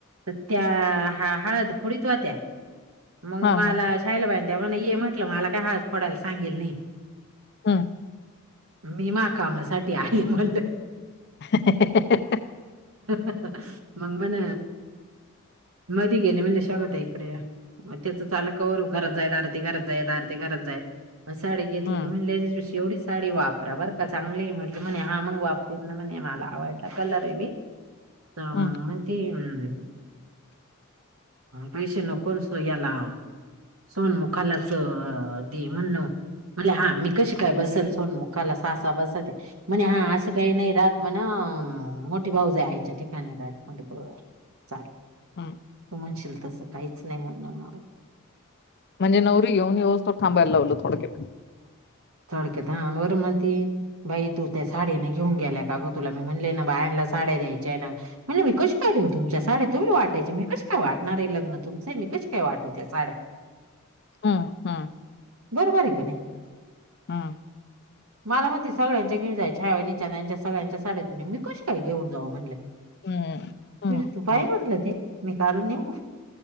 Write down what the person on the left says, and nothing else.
हां,
हां.
अ
<unintelligible>
हं,
हं,
हं.
म्हणजे नवरी घेऊन येवोस्थर थांबायला लावलं, थोडक्य
हम हम!
हम्म!
हं, हं,
हं,